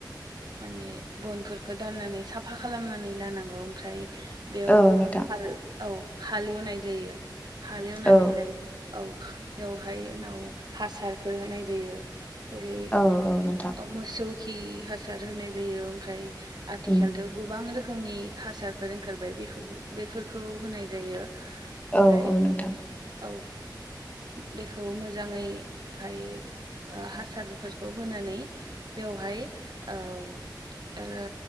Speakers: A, on the right; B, on the left.
A: माने बनफोरखौ दाननानै साफा खालामनानै लानांगौ ओमफ्राय बेव
B: औ नोंथां
A: हाल औ हालेवनाय जायो। हालेवनानै
B: औ
A: लायो औ। बेवहाय उनाव हासारफोर होनाय जायो। ओेरै
B: औ औ नोंथां
A: ओ मोसौ खि हासार होनाय जायो ओमफ्राय आथिखालथ'
B: उम
A: गोबां रोखोमनि हासारफोर ओंखारबाय बेखौ बेफोरखौ होनाय जायो। ओमफ्राय
B: औ औ नोंथां।
A: औ। बेखौ मोजाङै ओमफाय ओ हासारफोरखौ होनानै बेव हाय औ ओ